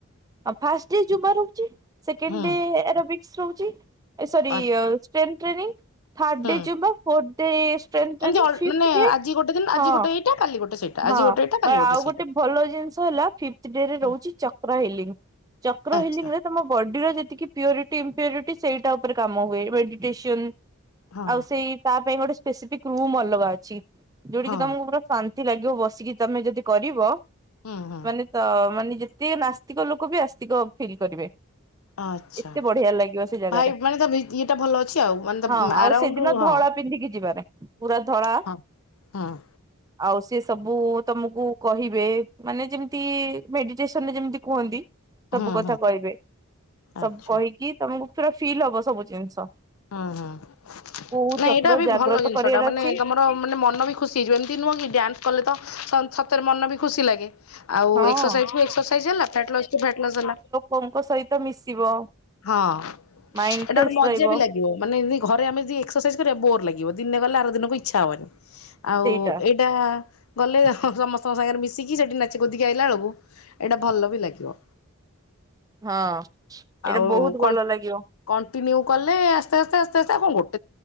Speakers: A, on the right (about 15°); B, on the left (about 80°).
A: ଅ ବ୍ ଫାଷ୍ଟ ଡେ ଜୁମ୍ୱା ରହୁଚି, ସେକେଣ୍ଡ
B: ହୁଁ
A: ଡେ ୟେରବିକ୍ସ ରହୁଚି, ଏ ସରି
B: ଆ
A: ଅଜ୍ ଟ୍ରେ ଟ୍ରେନିଂ ଥାର୍ଡ
B: ହୁଁ
A: day Zumba, fourth day strength ଟ୍ରେନିଂ
B: ଏମିତି ଅଲ୍
A: ଫିଫଥ୍
B: ମାନେ
A: ଡେ
B: ଆଜି ଗୋଟେ ଦିନ ଆଜି
A: ହଁ
B: ଗୋଟେ ଏଇଟା କାଲି ଗୋଟେ ସେଇଟା ଆଜି
A: ହଁ
B: ଗୋଟେ ଏଇଟା
A: ଵ
B: କାଲି ଗୋଟେ
A: ଆଉଗୋଟେ
B: ସେଇଟା।
A: ଭଲ ଜିନିଷ ହେଲା ଫିପଥ ଡେ ରେ
B: ହୁଁ
A: ରହୁଛି ଚକ୍ର ହିଲିଂ, ଚକ୍ର
B: ଆଚ୍ଛା
A: ହିଲିଂ ରେ ତମ ବଡିର ଯେତିକି ପିଓରିଟି ଇଁମ୍ପିଓରିଟି ସେଇଟା ଉପରେ କାମ ହୁଏ ମେଡିଟେସନ।
B: ହଁ
A: ଆଉ ସେଇ ତା ପାଇଁ ଗୋଟେ ସ୍ପେସିଫିକ୍ ରୁମ ଅଲଗା ଅଛି, ଯୋଉଠି
B: ହଁ
A: କି ତମକୁ ପୁରା ଶାନ୍ ଏମିତି ଲାଗିବ ବସିକି ତମେ ଯଦି କରିବ
B: ହୁଁ ହୁଁ
A: ମାନେ ତ ମାନେ ଯେତେ ନାସ୍ତିକ ଲୋକ କୁ ବି ଆସ୍ତିକ ଫିଲ୍ କରିବେ।
B: ଆଚ୍ଛା।
A: ଏତେ ବଢିଆ ଲାଗିବ ସେ ଜାଗାରେ
B: ଭାଇ ମାନେ ତା ଭି ଇଏଟା ଭଲ ଅଛି ଆଉ ମାନେ ତା
A: ହଁ ଆଉ
B: ଆରାଉଣ୍ଡ
A: ସେଦିନ
B: ହଁ
A: ଧଳା। ପିନ୍ଧିକି ଯିବାପାଇଁ ପୁରା ଧଳା
B: ହଁ, ହଁ।
A: <unintelligible> ଆଉ ସିଏ ସବୁ ତମକୁ କହିବେ ମାନେ ଯେମିତି ମେଡିଟେସନରେ ଯେମିତି କୁହନ୍ତି। ସବୁ
B: ହୁଁ
A: କଥା
B: ହୁଁ
A: କହିବେ
B: ଆଚ୍ଛା
A: ସବୁ କହିକି ତମକୁ ପୁରା ଫିଲ୍ ହବ ସବୁ ଜିନିଷ।
B: ହୁଁ ହୁଁ
A: କୋଉ
B: ନାଇଁ
A: ଚକ୍ର
B: ଏଇଟା ବି
A: ଜାଗ୍ରତ
B: ଭଲ ଜିନିଷ
A: କରିବାର
B: ଟା ମାନେ
A: ଅଛି
B: ତମ ହଁ ମାନେ ମନ ବି ଖୁସି ହେଇଯିବ ଏମିତି ନୁହଁ କି ଡ୍ୟାନ୍ସ କଲେ ତ ସ ସତରେ ମନ ବି ଖୁସି ଲାଗେ। ଆଉ
A: ହଁ।
B: ଏକ୍ସରସାଇଜ କୁ ଏକ୍ସରସାଇଜ ହେଲା ଫ୍ୟାଟ ଲସ୍ କୁ ଫ୍ୟାଟ ଲସ୍ ହେଲା।
A: ପଙ୍କ ସହିତ ମିଶିବ।
B: ହଁ ଏଟା
A: ମାଇଣ୍ଡ ଫ୍ରେଶ
B: ଗୋଟେ ମଜା
A: ରହିବ।
B: ବି ଲାଗେ। ମାନେ ଏନ୍ତି ଘରେ ଆମେ ଯି ଏକ୍ସରସାଇଜ କରିବା ବୋର୍ ଲାଗିବ ଦିନେ ଗଲେ ଆର ଦିନକୁ ଇଚ୍ଛା ହବନି। ଆଉ
A: ସେଇଟା
B: ଏଇଟା ଗଲେ ହଁ ସମସ୍ତଙ୍କ ସାଙ୍ଗରେ ମିଶିକି ସେଇଠି ନାଚି କୁଦୀକି ଆଇଲା ବୁଳୁକୁ ଏଇଟା ଭଲ ବି ଲାଗିବ।
A: ହଁ। ଏଇଟା
B: ଆଉ
A: ବହୁତ
B: କନ୍
A: ଭଲ ଲାଗିବ
B: କଣ୍ଟିନ୍ୟୁ କଲେ ଆସ୍ତେ ଆସ୍ତେ ଆସ୍ତେ ଆସ୍ତେ ଆଉ କଣ କ